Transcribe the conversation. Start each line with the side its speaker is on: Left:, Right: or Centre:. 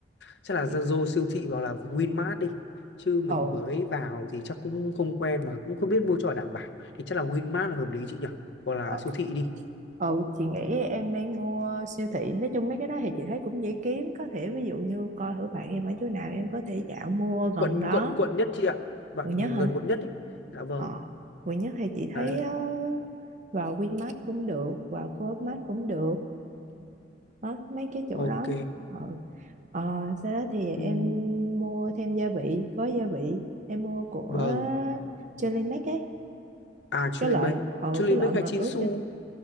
Left: chắc là
Right: Chị-
Left: Zalo siêu thị hoặc là Winmart đi chứ mình
Right: ồ
Left: mới vào thì chắc cũng không quen mà cũng không biết mua cho đảm bảo thì chắc là Winmart là hợp lý chị nhỉ hoặc là
Right: ờ,
Left: siêu thị đi
Right: ờ, chị nghĩ em nên mua siêu thị nói chung mấy cái đó thì chị thấy cũng dễ kiếm có thể ví dụ như coi thử bạn em ở chỗ nào em có thể dạo mua gần
Left: quận
Right: đó
Left: quận quận nhất chị ạ đoạn
Right: Quận Nhất hả
Left: gần quận nhất ý. dạ vâng
Right: ờ Quận Nhất thì chị thấy
Left: đấy
Right: ờ, vào Winmart cũng được vào Co.opmart cũng được đó, mấy cái chỗ
Left: ok
Right: đó ừ. ờ, sau đó thì em
Left: Ừm,
Right: mua thêm gia vị gói gia vị em mua của
Left: vâng
Right: Jelly Mac ấy
Left: à Chulimek
Right: cái loại ờ,
Left: Chulimek
Right: cái loại mà
Left: hay Chinsu
Right: ướp cho